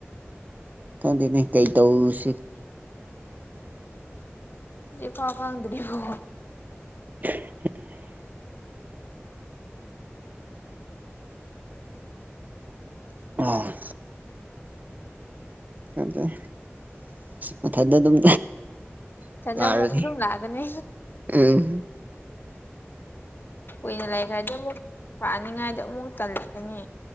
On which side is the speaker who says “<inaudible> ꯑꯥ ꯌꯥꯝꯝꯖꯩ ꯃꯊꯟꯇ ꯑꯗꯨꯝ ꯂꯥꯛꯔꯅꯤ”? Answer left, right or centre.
Right